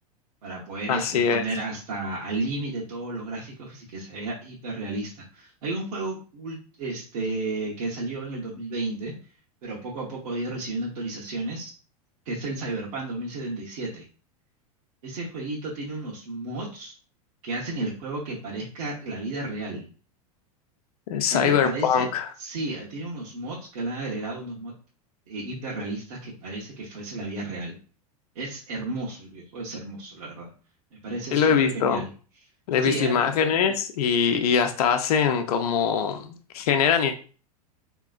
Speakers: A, on the right (about 65°); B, on the left (about 75°).
A: para poder
B: Así
A: este, poner
B: es.
A: hasta al límite todos los gráficos y que se vea hiperrealista. Hay un juego ul- este, que salió en el 2020, pero poco a poco ha ido recibiendo actualizaciones, que es el Cyberpunk 2077. Ese jueguito tiene unos mods que hacen el juego que parezca la vida real.
B: El
A: Literal
B: Cyberpunk,
A: parece, sí, tiene unos mods que le han agregado unos mods eh, hiperrealistas que parece que fuese la vida real. Es hermoso, el videojuego es hermoso, la verdad. Me parece
B: sí
A: súper
B: lo he visto.
A: genial.
B: He
A: Sí,
B: visto
A: ahí.
B: imágenes y, y hasta hacen como generan i-